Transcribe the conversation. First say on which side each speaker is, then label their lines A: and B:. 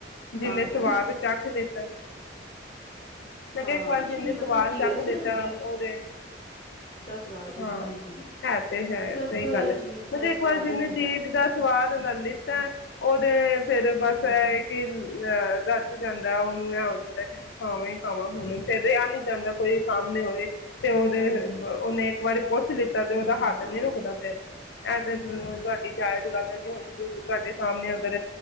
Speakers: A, on the left; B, on the left.
A: ਜਿੰਨੇ
B: ਖਾਂਦੇ
A: ਸਵਾਦ
B: ਨਾ
A: ਚੱਖ ਲਿੱਤਾ, ਮੈਂ
B: ਹਾਂ
A: ਕਿਹਾ ਇੱਕ ਵਾਰ
B: ਕੁਛ
A: ਜਿੰਨੇ
B: ਨੀ
A: ਸਵਾਦ
B: ਪਤਾ ਜੀ
A: ਚੱਖ
B: ਸਿਰਫ
A: ਲਿੱਤਾ
B: ਜੀਭ
A: ਉਹਦੇ
B: ਦਾ ਸਵਾਦ ਜੀ
A: ਹਾਂ।
B: ਹਾਂਜੀ।
A: ਏ ਤੇ ਹੈ
B: ਸਿਰਫ
A: ਸਹੀ
B: ਇਹ
A: ਗੱਲ ਹੈ।
B: ਜੀਭ
A: ਮਤਲਬ
B: ਦਾ ਸਵਾਦ
A: ਇੱਕ ਵਾਰ ਜਿਨੇ
B: ਹੁੰਦਾ
A: ਜੀਬ ਦਾ ਸਵਾਦ ਨਾਲ ਲਿੱਤਾ ਹੈ। ਉਹਦੇ ਫੇਰ
B: ਹਮ
A: ਬਸ ਇਹ ਕਿ ਅਹੇ ਰਚ ਜਾਂਦਾ, ਉਹਨੂੰ ਇਹ ਹੋ ਜਾਂਦਾ ਕਿ ਮੈਂ ਖਾਵਾਂ ਹੀ ਖਾਵਾਂ ਹੁਣ ਤਾ ਰਿਹਾ ਨੀ ਜਾਂਦਾ, ਕੋਈ ਸਾਲ ਹੀ ਹੋਏ ਤੇ ਉਹਦੇ
B: ਨਹੀਂ
A: ਉਹਨੇ ਇਕ ਵਾਰੀ ਪੁੱਛ ਲਿੱਤਾ ਤੇ ਉਹਦਾ ਹੱਥ
B: ਹਾਂ
A: ਨਹੀਂ ਰੁਕਦਾ ਫਿਰ ਐ ਤੇ ਤੁਹਾਡੀ ਜਾਇਜ਼ ਗੱਲ ਹੈ, ਕਿ ਹੁਣ ਤੁਹਾਡੇ ਸਾਹਮਣੇ ਤੇ ਫਿਰ